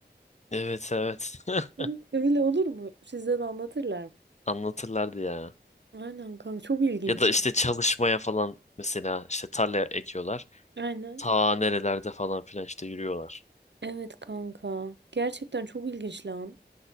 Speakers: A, on the left; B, on the right.
A: Evet evet. <laughs>
B: <laughs> Öyle olur mu? Size de anlatırlar. mı?
A: Anlatırlardı ya.
B: Aynen kanka çok ilginç.
A: Ya da işte çalışmaya falan mesela işte tarla ekiyorlar.
B: Aynen.
A: Ta nerelerde falan filan işte yürüyorlar.
B: Evet kanka. Gerçekten çok ilginç lan.